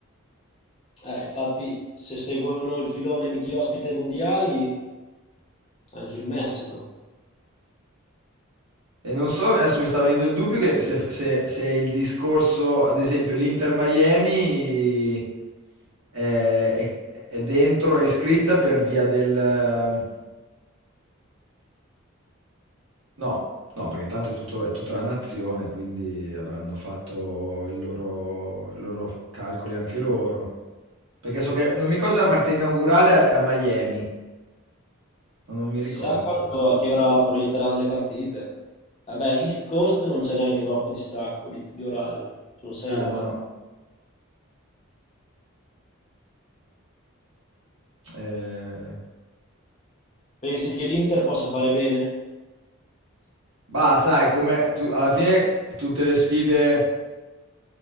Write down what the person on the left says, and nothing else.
Eh, infatti, se seguono il filone di chi ospita i mondiali, anche il Messico.
Chissà
quando,
a che ora proietteranno le partite. Vabbè, East Coast non c'è neanche troppo distacco di, di orario, sono sei
ore.
Pensi che l'Inter possa fare bene?